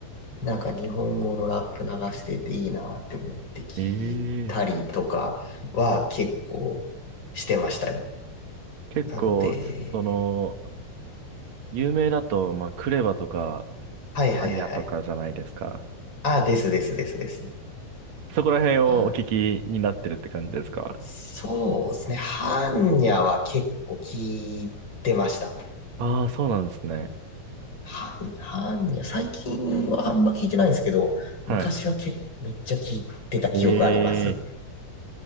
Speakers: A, on the left; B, on the right.
A: なんか日本語のラップ流してていいなって思って聞いたりとかは結構してましたよ。
B: ええ結構、
A: なので、
B: その、有名だと、まあ、クレバとか、
A: はいはいはいはい。
B: アニャとかじゃないですか。
A: あ、ですですですです。
B: そこら辺をお聞きになってるって感じですか
A: はそうですね。ハンニャは結構聞いてました。
B: ああー、そうなんですね。
A: 般般若、最近はあんま聞いてないんですけど、
B: はい。
A: 昔は結めっちゃ聞いてた記憶あります。
B: ええ